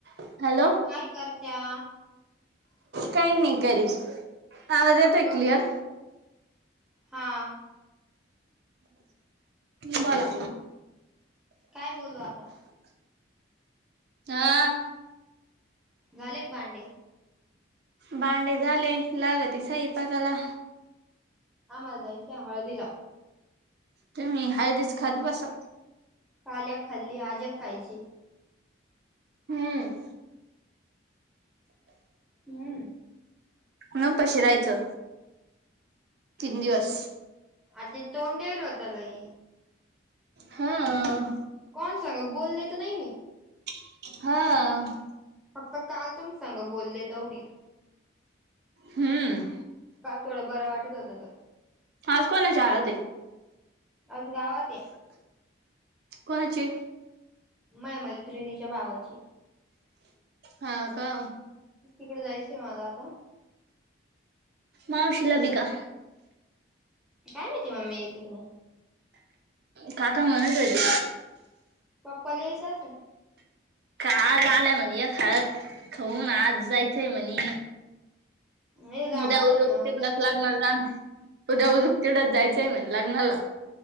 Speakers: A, on the right; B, in the centre.
A: Hello
B: काय करत्या.
A: काही नाही करीच आवाज येतोय
B: क
A: क्लिअर.
B: हा आ.
A: तुम्ही बोला.
B: काय बोलू आता.
A: हआआआ.
B: झालेत भांडे.
A: भांडे झाले लागते साईपाकाला.
B: आमाला जायचय हळदीला.
A: तुम्ही हळदीच खात बसा.
B: काल एक खाल्ली आज एक खायची.
A: हम्म
B: हम्म
A: न पशिरायचं तीन दिवस.
B: आता तोंड धुवल होता लई.
A: हाआआ.
B: कोण संगत बोलले त नाही मी.
A: हाआआ.
B: फक्त काल तुम संग बोलले तेवढी.
A: हम्म
B: काल थोडं बरं वाटत होतं त.
A: आज कोणाची हळदये.
B: आज गावातये.
A: कोणाची.
B: माया मैत्रिणीच्या भावाची.
A: हा का.
B: तिकडे जायचंय मला आता.
A: मावशीला बिका.
B: काय माहिती मम्मी येते का नाई.
A: काका म्हणत होते.
B: पलेचासा.
A: काल आलंय म्हणी ये हळद‌ खाऊन आज जायचंय म्हणे
B: हे गावात
A: उद्या उजूक
B: आहे ना
A: तिकडत
B: जवळ
A: लागणार जाणं उद्या उजूक तिकड जायचं ते म्हणले मला.